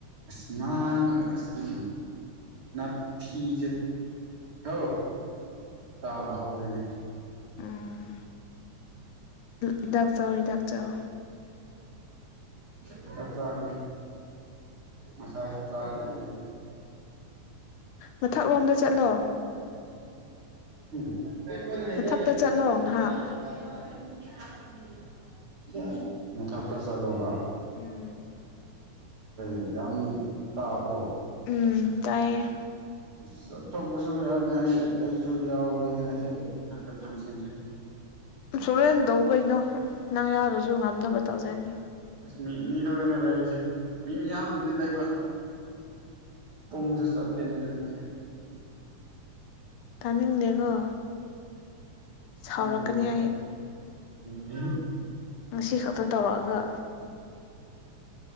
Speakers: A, on the right; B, on the left.
A: ꯑꯁ ꯅꯥ ꯑꯁ ꯅꯥꯞꯊꯤꯁꯦ ꯍꯥꯎ ꯇꯥꯕ ꯍꯥꯎꯔꯦꯅꯦ
B: ꯎꯝ ꯍꯤꯗꯥꯛ ꯆꯥꯎ ꯍꯤꯗꯥꯛ ꯆꯥꯎ
A: ꯎꯝ ꯆꯥꯛ ꯆꯒꯅ ꯉꯥꯁꯥꯏꯁꯨ ꯆꯈꯔ꯭ꯦꯅꯦ
B: ꯃꯊꯛꯂꯣꯝꯗ ꯆꯠꯂꯣ
A: <unintelligible>
B: ꯃꯊꯛꯇ ꯆꯠꯂꯣ ꯉꯥꯏꯍꯥꯛ
A: ꯃꯊꯛꯇ ꯆꯠꯂꯣꯕ꯫
B: ꯎꯝ꯫
A: ꯀꯩ ꯌꯥꯝ ꯇꯥꯕ꯭ꯔꯣ꯫
B: ꯎꯝ ꯇꯥꯏꯌꯦ꯫
A: ꯆꯠꯊꯣꯛꯄꯁꯨ ꯌꯥꯅꯤ ꯑꯩ ꯑꯩꯁꯨ ꯌꯥꯎꯔꯣꯏꯅꯦ ꯉ ꯁꯤ ꯊꯥꯡꯀꯠ ꯊꯥꯡꯖꯤꯟꯁꯦ꯫
B: ꯁꯨꯔꯦꯟ ꯇꯧ ꯀꯩꯅꯣ ꯅꯪ ꯌꯥꯎꯔꯁꯨ ꯉꯝꯅꯕ ꯇꯧꯖꯅꯤ꯫
A: ꯑꯁꯃꯤ ꯑꯅꯤ ꯈꯛꯛꯇꯅꯦ ꯂꯩꯔꯤꯁꯦ ꯃꯤ ꯃꯌꯥꯝꯗꯨꯗꯤ ꯂꯩꯕ꯫ ꯄꯨꯝꯖꯤ ꯆꯠꯇꯦꯅꯦ ꯉꯁꯤꯁꯦ꯫
B: ꯇꯥꯅꯤꯡꯗꯦꯀꯣ ꯁꯥꯎꯔꯛꯀꯅꯤ
A: ꯈꯪ ꯗꯦ
B: ꯑꯩ
A: <unintelligible>
B: ꯉꯁꯤ ꯈꯛꯇ ꯇꯧꯔꯛꯑꯒ꯫